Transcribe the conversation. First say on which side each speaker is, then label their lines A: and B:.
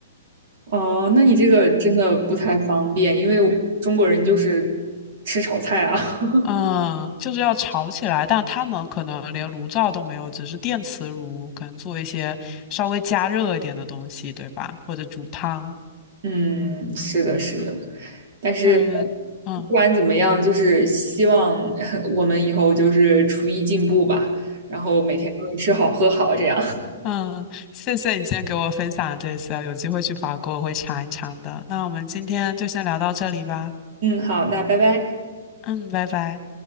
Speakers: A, on the right; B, on the left.
A: 哦、那你这个真的不太方便，因为中国人就是吃炒菜啊。<laughs>
B: 嗯，就是要炒起来，但他们可能连炉灶都没有，只是电磁炉，可能做一些稍微加热一点的东西，对吧？或者煮汤，
A: 嗯，是的，是的。但是
B: 就是嗯
A: 不管怎么样，就是希望 <laughs> 我们以后就是厨艺进步吧，然后每天都能吃好喝好这样。
B: 嗯，<laughs> 谢谢你今天给我分享这些，有机会去法国我会尝一尝的。那我们今天就先聊到这里吧，
A: <laughs> 嗯，好，那拜拜。
B: 嗯，拜拜。